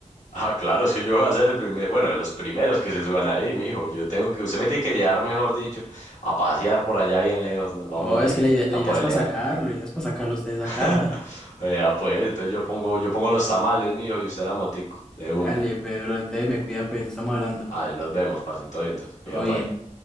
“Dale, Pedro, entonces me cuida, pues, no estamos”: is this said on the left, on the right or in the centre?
Centre